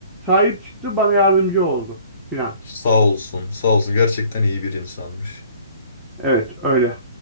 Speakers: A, in the centre; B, on the left.
A: sahip çıktı, bana yardımcı oldu filan.
B: Sağ olsun, sağ olsun. Gerçekten iyi bir insanmış.
A: Evet öyle.